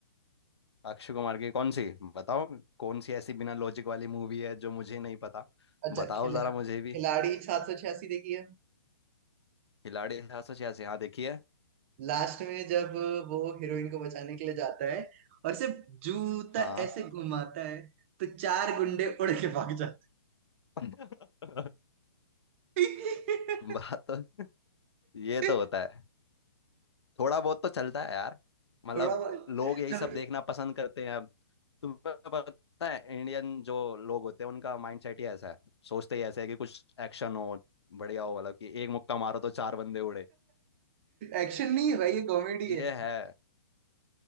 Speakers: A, on the left; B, on the right.
A: अक्षय कुमार की कौन सी बताओ कौन सी ऐसी बिना लॉजिक वाली मूवी है जो मुझे नहीं पता
B: अच्छा
A: बताओ
B: खिला
A: जरा मुझे भी
B: खिलाड़ी सात सौ छियासी देखी है
A: खिलाड़ी सात सौ छियासी हाँ देखिए
B: लास्ट में जब वो हीरोइन को बचाने के लिए जाता है और सिर्फ जूता
A: हाँ
B: ऐसे घुमाता है तो चार गुंडे उड़ के भाग जाते
A: <laughs>
B: हैं।
A: बात तो ये तो
B: <laughs>
A: होता है थोड़ा बहुत तो चलता है यार मतलब
B: थोड़ा बहुत
A: लोग यही
B: चल
A: सब देखना पसंद करते हैं अब तुम्हें पता है इंडियन जो लोग होते हैं उनका माइंडसेट ही ऐसा है सोचते ही ऐसा है कि कुछ एक्शन हो बढ़िया हो मतलब कि एक मुक्का मारो तो चार बंदे उड़े
B: एक्शन नहीं है भाई ये कॉमेडी
A: ये
B: है
A: है